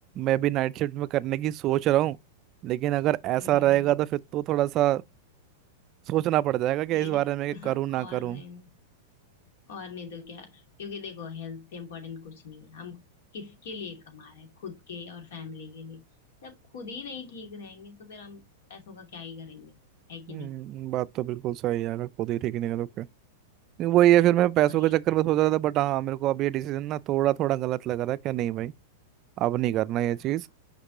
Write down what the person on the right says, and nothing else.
मैं भी नाइट शिफ्ट में करने की सोच रहा हूँ लेकिन अगर ऐसा
रहेगा तो फिर तो थोड़ा सा सोचना पड़ जाएगा कि
इस बारे में
कि करूँ ना
करूँ
हम्म,
बात तो बिल्कुल सही है यार खुद ही ठीक नहीं करो क्या वही है फिर मैं पैसों
के चक्कर में सोच रहा था बट हाँ मेरे को अब ये डिसीजन ना थोड़ा थोड़ा गलत लग रहा है क्या नहीं भाई अब नहीं करना ये
चीज़